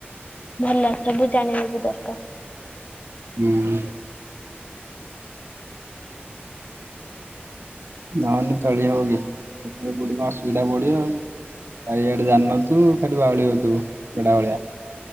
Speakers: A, on the left; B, on the right.
A: ଭଲ ସବୁ ଜାଣିବା ବି ଦରକାର।
B: ହୁଁ। ନହନେ ଚଳି ହବ କି କେତବଳେ କୋଉଠି କଣ ଅସୁବିଧା ଯାହା ପଡ଼ିବ ଆ ଇଆଡ଼େ ଜାଣିନଥିବୁ ଖାଲି ବାଉଳି ହଉଥୁବୁ ବେଡ଼ା ଭଳିଆ।